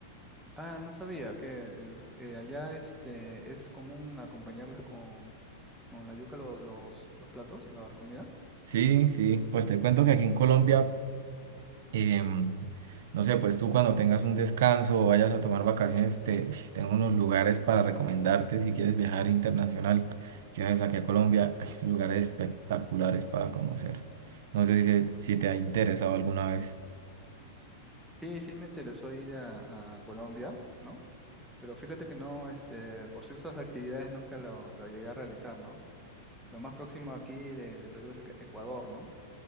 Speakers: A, in the centre; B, on the right.
A: Ah, no sabía que el- eh, allá este, es común acompañarlas con, con la yuca lo- los, los platos, las comidas.
B: Sí, sí, pues te cuento que aquí en Colombia em, no sé, pues tú cuando tengas un descanso o vayas a tomar vacaciones, te, ush, tengo unos lugares para recomendarte si quieres viajar internacional, que viajes aquí a Colombia, hay <laughs> lugares espectaculares para conocer. No sé si, si te ha interesado alguna vez.
A: Sí, sí me interesó ir a, a Colombia, ¿no? Pero fíjate que no, este, por ciertas actividades nunca lo, lo llegué a realizar, ¿no? Lo más próximo aquí de, de Perú es Ecuador, ¿no?